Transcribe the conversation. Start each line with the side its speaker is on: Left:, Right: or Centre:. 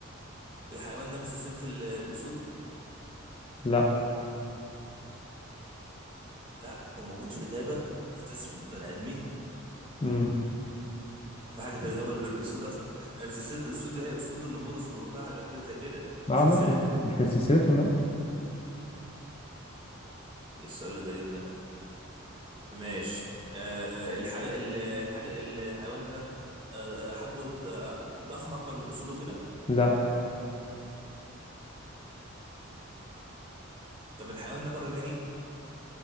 Right: الحيوان ده من سلسلة الأسود
Left: لا
Right: لا هو موجود في الغابة بيفترس بني آدمين
Left: امم
Right: هو في حاجه في الجبل غير الاسود اصلا ما هي من سلسله الاسود اللي هي اسود النمور وفهد وحاجات زي كده
Left: اه
Right: سلسله
Left: مش مش مش من سلسلتهم لا
Right: ايه السؤال الغريب ده ماشي أه الحاجه ال- الحاجه الحيوان ده أه حجمه ض- ضخم اكبر من اسوده كده
Left: لا
Right: طب الحيوان ده بر مائي